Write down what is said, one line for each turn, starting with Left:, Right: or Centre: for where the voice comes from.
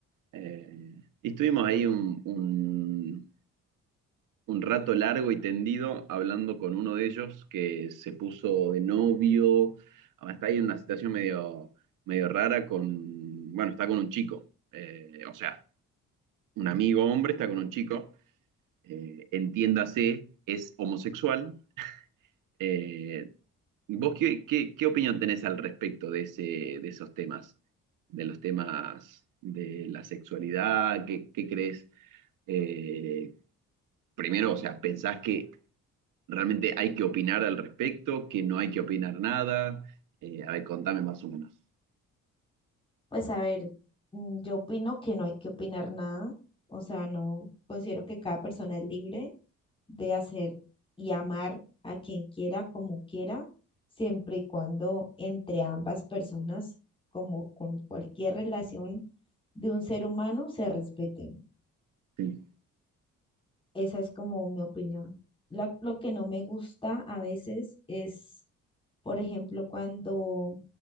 Right: eh, y estuvimos ahí un, un rato largo y tendido hablando con uno de ellos que se puso de novio, ah, está ahí en una situación medio, medio rara con, bueno, está con un chico, eh, o sea, un amigo hombre está con un chico, eh, entiéndase, es homosexual. eh, ¿vos qué, qué- qué opinión tenés al respecto de ese, de esos temas, de los temas de la sexualidad? ¿Qué, qué crees? Eh, primero, o sea, ¿pensás que ¿Realmente hay que opinar al respecto? ¿Que no hay que opinar nada? Eh, a ver, contame más o menos.
Left: Pues a ver, mm, yo opino que no hay que opinar nada, o sea, no, considero que cada persona es libre de hacer y amar a quien quiera, como quiera, siempre y cuando entre ambas personas, como con cualquier relación de un ser humano, se respeten.
Right: Sí,
Left: Esa es como mi opinión. La- lo que no me gusta a veces es, por ejemplo, cuando